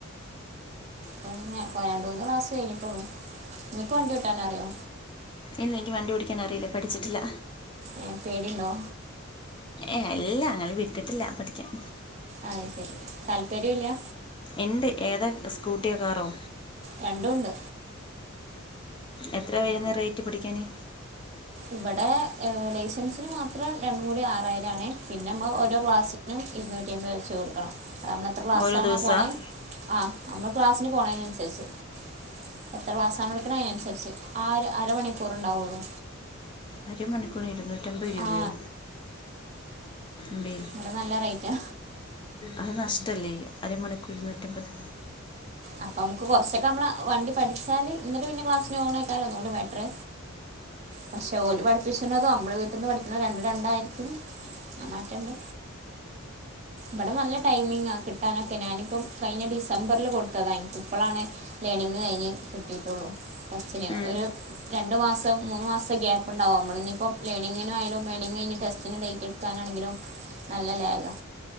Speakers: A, on the right; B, on the left.
A: പിന്നെ പ്പ രണ്ട് മൂന്ന് ക്ലാസ് കയ്ഞ്ഞ്ട്ടാെള്ളൂ ഇങ്ങെക്ക് വണ്ടി ഓട്ടാനറ്യോ
B: ഇല്ല ൻക്ക് വണ്ടി ഓടിക്കാനറിയില്ലാ പഠിച്ചിട്ടില്ല
A: ഏഹ് പേടിണ്ടോ?
B: ഏഹ് ഇല്ലാ ഞങ്ങെളെ വിട്ടിട്ടില്ലാ പഠിക്കാൻ
A: അത് ശെരി താല്പര്യും ഇല്ലാ
B: ഇണ്ട് ഏതാ സ്കൂട്ട്യോ കാറോ?
A: രണ്ടൂണ്ട്
B: എത്രെയാ വെര്ന്നെ റെയ്റ്റ് പഠിക്കാന്
A: ഇവടെ ലൈസൻസ്ന് മാത്രം രണ്ടും കൂടി ആറായിരാണ് പിന്നെമ്മ ഓരോ ക്ലാസ് നും ഇര്ന്നൂറ്റി അയ്മ്പെ വെച്ച് കൊട്ക്കണം നമ്മള് ത്രെ ക്ലാസ്സാണോ
B: ഓരോ ദിവസമാണ്
A: പോണെ ആഹ് അമ്മൾ ക്ലാസ്സ്ന് പോണേനൻസര്ച്ച് എത്ര ക്ലാസാണോ ഇട്ക്ക്ണെ അയ്നൻസര്ച്ച് ആഹ് ഒര് അരമണിക്കൂറ്ണ്ടാവാെള്ളൂ
B: അര മണിക്കൂറിന് ഇര്ന്നൂറ്റമ്പത് രൂപയോ
A: ആ
B: മ്പേ
A: വ്ടെ നല്ല റെയ്റ്റാ
B: അത് നഷ്ട്ടല്ലേ അരമണിക്കൂർ ഇര്ന്നൂറ്റമ്പെത്
A: അപ്പൊ അമ്മക്ക് കൊർച്ചൊക്ക അമ്മള് വണ്ടി പഠിച്ചാല് ന്നിട്ട് പിന്നെ ക്ലാസ്സിന് പോണേക്കാരം ഒന്നും കൂടി ബെറ്റ്റ് പക്ഷെ ഓല് പഠിപ്പിച്ച്ണതും അമ്മള് വീട്ടിന്ന് പഠിക്ക്ണതും രണ്ടും രണ്ടായ്രിക്കും ആ മാറ്റണ്ട് വടെ നല്ല ടൈമിങ്ങാ കിട്ടാനൊക്കെ ഞാനിപ്പം കഴിഞ്ഞ ഡിസംബർൽ കൊട്ത്തതാ ൻക്ക് ഇപ്പളാണ് ലേണിങ്ങ് കയ്ഞ്ഞ് കിട്ടീട്ടൊള്ളൂ തച്ചിന്
B: ഉം
A: ഒരു രണ്ട് മാസം മൂന്നു മാസം ഗ്യാപ്പ്ണ്ടാവും അമ്മള്ഞ്ഞിപ്പം ലേണിങ്ങിനു ആയാലും ലേണിങ്ങ് കയ്ഞ്ഞ് ടെസ്റ്റിന് ഡെയ്റ്റ് ക്കാനാണെങ്കിലും നല്ല ലേഖാ